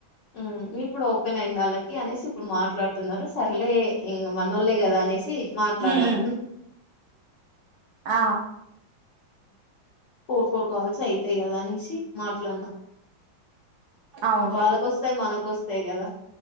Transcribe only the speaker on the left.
ఉమ్ ఇప్పుడు ఓపెన్ అయింది వాళ్ళకి అనేసి ఇప్పుడు మాట్లాడుతున్నారు సర్లే ఇం మనోళ్ళే కదా అనేసి మాట్లాడినాం
ఫోర్ ఫోర్ కాల్స్ అయితాయి కదా అనేసి మాట్లాడినా
వాళ్ళకొస్తాయి మనకొస్తాయి కదా